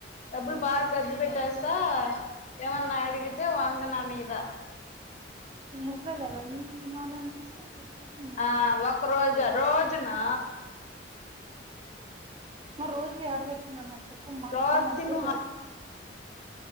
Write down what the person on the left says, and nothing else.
డబ్బులు బాగా ఖర్చు పెట్టేస్తా ఏమన్నా అడిగితే వాంగనా మీద
ఆ ఒక రోజు రోజునా
రోజు
తిను